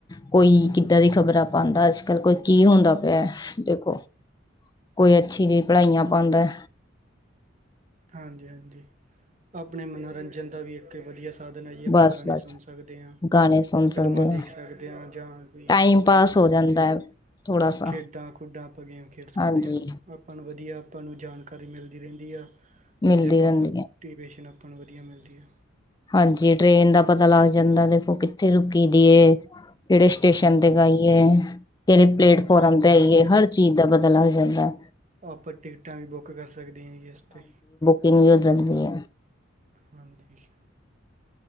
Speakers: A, on the left (about 20°); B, on the right (about 35°).
A: ਕੋਈ ਕਿੱਦਾਂ ਦੀ ਖ਼ਬਰਾਂ ਪਾਉਂਦਾ ਅੱਜ ਕੱਲ ਕੋਈ ਕੀ ਹੁੰਦਾ ਪਿਆ। ਦੇਖੋ ਕੋਈ ਅੱਛੀ ਜਿਹੀ ਪੜ੍ਹਾਈਆਂ ਪਾਉਂਦਾ।
B: ਹਾਂਜੀ-ਹਾਂਜੀ ਆਪਣੇ ਮਨੋਰੰਜਨ ਦਾ ਵੀ ਇੱਥੇ ਵਧੀਆ ਸਾਧਨ ਆ ਹੀ ਏ ਆਪਾਂ
A: ਬਸ
B: ਗਾਣੇ
A: ਬਸ
B: ਸੁਣ ਸਕਦੇ ਹਾਂ,
A: ਗਾਣੇ ਸੁਣ
B: ਫਿਲਮਾਂ
A: ਸਕਦੇ
B: ਦੇਖ
A: ਹਾਂ
B: ਸਕਦੇ ਹਾਂ। ਜਾਂ ਕੋਈ
A: ਟਾਈਮ
B: ਹੋਰ
A: ਪਾਸ
B: ਆ ਮਤਲਬ
A: ਹੋ ਜਾਂਦਾ
B: ਕੇ
A: ਹੈ ਥੋੜਾ ਸਾ
B: ਖੇਡਾਂ-ਖੁਡਾਂ ਆਪਾਂ ਗੇਮ ਖੇਡ ਸਕਦੇ
A: ਹਾਂਜੀ
B: ਹਾਂ। ਆਪਾਂ ਨੂੰ ਵਧੀਆ ਆਪਾਂ ਨੂੰ ਜਾਣਕਾਰੀ ਮਿਲਦੀ ਰਹਿੰਦੀ ਆ
A: ਮਿਲਦੀ
B: ਅਤੇ ਆਪਾਂ
A: ਰਹਿੰਦੀ
B: ਮੋ
A: ਹੈ
B: ਟੀਵੇਸ਼ਨ ਆਪਾਂ ਨੂੰ ਵਧੀਆ ਮਿਲਦੀ ਐ।
A: ਹਾਂਜੀ। ਟ੍ਰੇਨ ਦਾ ਪਤਾ ਲੱਗ ਜਾਂਦਾ। ਦੇਖੋ ਕਿੱਥੇ ਰੁਕੀ ਦੀ ਏ ਕਿਹੜੇ ਸਟੇਸ਼ਨ
B: ਹਾਂਜੀ
A: ਤੇ ਗਈ ਏ ਕਿਹੜੇ ਪਲੇਟਫੋਰਮ
B: ਹਾਂਜੀ
A: ਤੇ
B: ਹਾਂਜੀ
A: ਆਈਏ ਹਰ ਚੀਜ਼ ਦਾ ਪਤਾ ਲੱਗ ਜਾਂਦਾ।
B: ਆਪਾਂ ਟਿਕਟਾਂ ਵੀ ਬੁੱਕ ਕਰ ਸਕਦੇ ਆਂ ਇਸ 'ਤੇ
A: ਕਿਨੀ ਉ ਜਲਦੀ ਐ
B: ਹਾਜੀ।